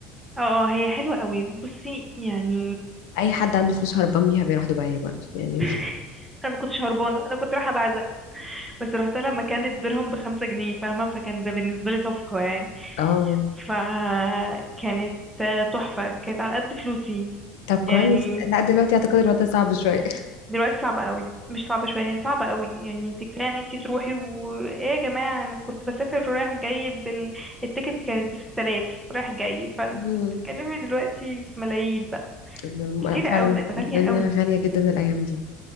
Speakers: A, in the centre; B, on the left.
A: اه آه، هي حلوه قوي بصي يعني
B: اي حد عنده فلوس هربان بيها بيروح دبي برضه يعني
A: <laughs> انا ما كنتش هربانه انا كنت رايحه بعزق بس رحت لما كان الدرهم بخمسة جنيه فاهمه فكان ده بالنسبه لي صفقه يعني
B: <laughs> اه
A: فكانت آه، تحفه كانت على قد فلوسي
B: طب كويس
A: يعني
B: لا دلوقتي اعتقد الوضع صعب شويه
A: دلوقتي صعبة قوي مش صعبة شوية هي صعبة قوي يعني انت كفاية ان انت تروحي و ايه يا جماعة انا كنت بسافر رايح جاي بال... التيكت كانت بستة آلاف رايح جاي فانت
B: مم.
A: بتتكلمي دلوقتي في ملايين بقى
B: الم-
A: كتيرة
B: فعلا
A: قوي بقت
B: الدنيا
A: غالية قوي
B: غاليه جدا الايام دي